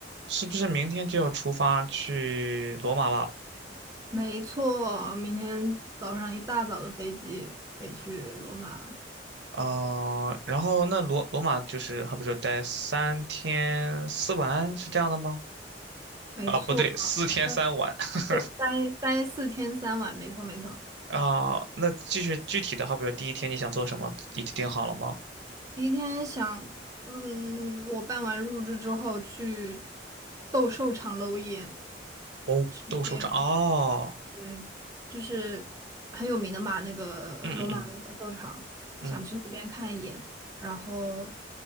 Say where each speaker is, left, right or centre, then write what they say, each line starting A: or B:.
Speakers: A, on the right (about 70°); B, on the right (about 20°).
A: 是不是明天就要出发去罗马了？
B: 没错，明天早上一大早的飞机飞去罗马。
A: 啊、然后那罗罗马就是好比说待三天四晚是这样的吗？
B: 没错，
A: 啊，不对，四天三晚
B: 待
A: <laughs>
B: 对，待待四天三晚，没错没错。
A: 啊、那就是具体的，好比说第一天你想做什么，已经定好了吗？
B: 第一天想，嗯，我办完入住之后去斗兽场搂一眼，
A: 哦，
B: 那边
A: 斗兽场哦，
B: 嗯，就是很有名的嘛，那个罗马的斗兽场，
A: 嗯嗯嗯嗯，
B: 想去那边看一眼。然后